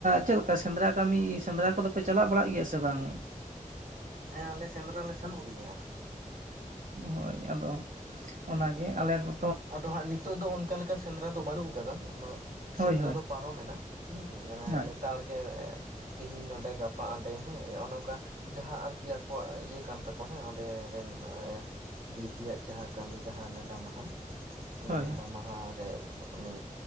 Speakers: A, on the right; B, on the right.
A: ᱪᱮᱫ ᱞᱮᱠᱟ ᱥᱮᱸᱫᱽᱨᱟ ᱠᱟᱹᱢᱤ ᱥᱮᱸᱫᱽᱨᱟ ᱠᱚᱫᱚᱯᱮ ᱪᱟᱞᱟᱜ ᱵᱟᱲᱟᱜ ᱜᱮᱭᱟ ᱥᱮ ᱵᱟᱝ
B: ᱦᱮᱸ ᱟᱞᱮ ᱥᱮᱸᱫᱽᱨᱟ ᱞᱮ ᱥᱮᱱᱚᱜ ᱜᱮᱭᱟ
A: ᱦᱳᱭ ᱟᱫᱚ ᱚᱱᱟᱜᱮ ᱟᱞᱮ ᱫᱚ
B: ᱟᱫᱚ ᱦᱟᱸᱜ ᱱᱤᱛᱚᱜ ᱫᱚ ᱚᱱᱠᱟ ᱞᱮᱠᱟ ᱥᱮᱸᱫᱽᱨᱟ ᱫᱚ ᱵᱟᱹᱱᱩᱜ ᱟᱠᱟᱫᱟ ᱩᱱᱟᱹᱜ
A: ᱦᱳᱭ
B: ᱥᱮᱸᱫᱽᱨᱟ
A: ᱦᱳᱭ
B: ᱫᱚ ᱯᱟᱨᱚᱢᱮᱱᱟ ᱦᱮᱸ ᱢᱮ
A: ᱦᱳᱭ
B: ᱞᱮᱛᱟᱲ ᱜᱮ ᱛᱮᱦᱮᱧ ᱱᱚᱰᱮ ᱜᱟᱯᱟ ᱦᱟᱸᱰᱮ ᱦᱮᱸ ᱱᱚᱜᱼᱚ ᱱᱚᱝᱠᱟ ᱡᱟᱦᱟᱸ ᱟᱨᱠᱤ ᱟᱠᱚᱣᱟᱜ ᱤᱭᱟᱹ ᱠᱟᱱ ᱛᱟᱠᱚ ᱦᱮᱸ ᱚᱸᱰᱮ ᱨᱮᱱ ᱰᱤᱨᱦᱤᱭᱟᱜ ᱡᱟᱦᱟᱸ ᱠᱟᱹᱢᱤ ᱡᱟᱦᱟᱸ ᱱᱮᱰᱟ ᱢᱟᱦᱟ ᱚᱱᱟ
A: ᱦᱳᱭ
B: ᱱᱮᱰᱟ ᱢᱟᱦᱟ ᱩᱱᱤ